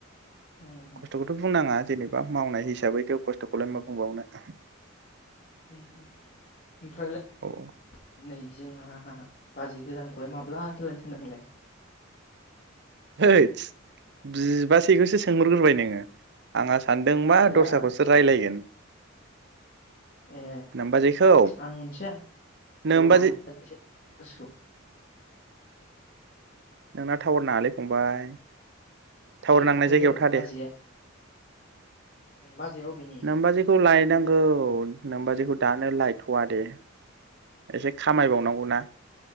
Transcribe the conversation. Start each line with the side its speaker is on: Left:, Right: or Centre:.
Left: उम
Right: खस्थ'खौथ' बुंनाङा जेनेबा मावनाय हिसा साबैथ' खस्थ'खौलाय मा बुंबावनो
Left: उम उम ओमफ्रालाय
Right: औ
Left: नै जोंहा बाजै गोदानखौलाय माब्लाथो लायनो सानदों नोंलाय?
Right: हैदस बिबाजैखौसो सोंहरग्रोबाय नोङो आंहास सानदों मा
Left: देब्रा
Right: दस्राखौसो रायलायगोन।
Left: ए
Right: नोमबाजैखौ
Left: आं मोनथिया
Right: नोमबाजै
Left: औ आंनो गोसोखौ
Right: नोंना टावार नाङालाय फंबाय टावार
Left: दे
Right: नांनाय
Left: खिन्थादो
Right: जायगायाव था
Left: बाजैया
Right: दे
Left: बाजैया अबेनि
Right: नोमबाजैखौ लायनांगौ नोमबाजैखौ दानो लाइ थ'वा दे एसे खामायबावनांगौना